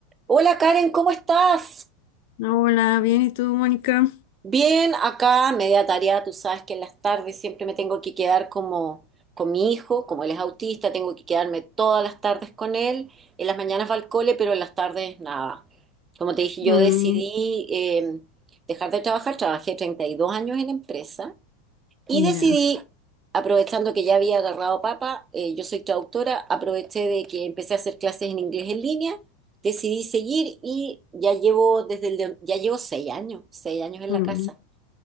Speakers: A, on the right; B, on the left.
A: Hola Karen, ¿cómo estás?
B: Hola, bien, ¿y tú, Mónica?
A: Bien, acá media tarea, tú sabes que en las tardes siempre me tengo que quedar como con mi hijo, como él es autista, tengo que quedarme todas las tardes con él, en las mañanas va al cole, pero en las tardes nada. Como te dije,
B: Mm,
A: yo decidí eh, dejar de trabajar, trabajé 32 años en empresa y
B: ya.
A: decidí, aprovechando que ya había agarrado papa, eh, yo soy traductora, aproveché de que empecé a hacer clases en inglés en línea, decidí seguir y ya llevo desde el de- ya llevo seis años, seis años en
B: mm.
A: la casa.